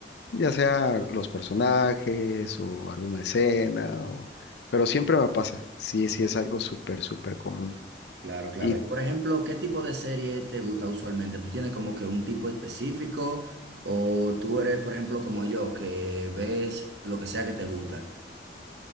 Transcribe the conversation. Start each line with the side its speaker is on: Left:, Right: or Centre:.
Left: ya sea los personajes o alguna escena, o... pero siempre me pasa, sí, sí es algo súper, súper común.
Right: Claro, claro.
Left: ¿Y
Right: Y por ejemplo, ¿qué tipo de serie te gusta usualmente? ¿Tú tienes como que un tipo específico o tú eres, por ejemplo, como yo, que ves lo que sea que te gusta?